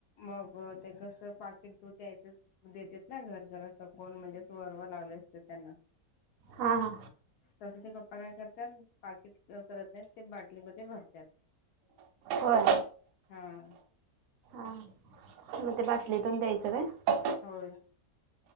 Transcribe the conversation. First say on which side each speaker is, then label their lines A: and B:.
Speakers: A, on the left; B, on the right.
A: मग ते कस पाकीट दूध द्यायचंच. देतेत ना घरघर असं कोण म्हणजेच वरवर लावले असते त्यांना.
B: हा
A: तसं ते पप्पा काय करतात पाकिट करत नाहीत ते बाटलीमध्ये भरतात.
B: होय.
A: हा
B: हा मग ते बाटलीतून द्यायचं काय?
A: होय.